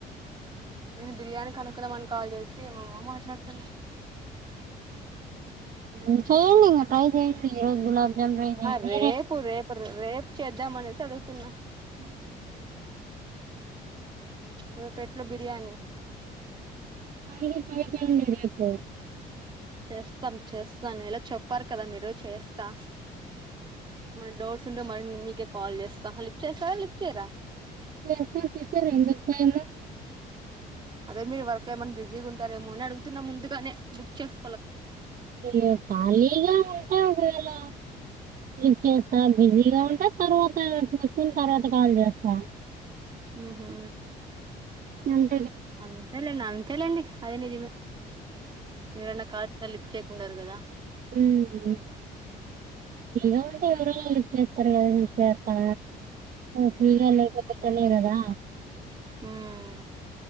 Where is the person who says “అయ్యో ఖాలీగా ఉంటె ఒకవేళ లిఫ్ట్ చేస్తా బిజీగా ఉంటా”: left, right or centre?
Right